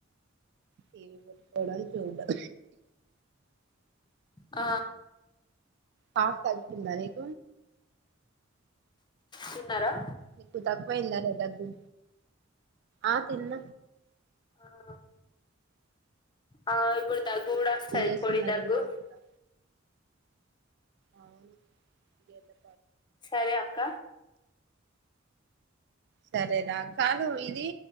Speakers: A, on the right (about 55°); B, on the left (about 20°).
A: టీవీ పెట్టుకోవడం చూడం
B: ఆ
A: కాఫ్ తగ్గిందా నీకు
B: తిన్నార
A: నీకు తక్కువైందారా దగ్గు ఆ తిన్న
B: ఆ ఆ ఇప్పుడు దగ్గు కూడా వస్తది
A: ఏం చేస్తున్నారు
B: పొడి దగ్గు
A: ఇంకా ఇంట్లో అవును ఎంత
B: సరే అక్క
A: సరే రా కాదూ ఇదీ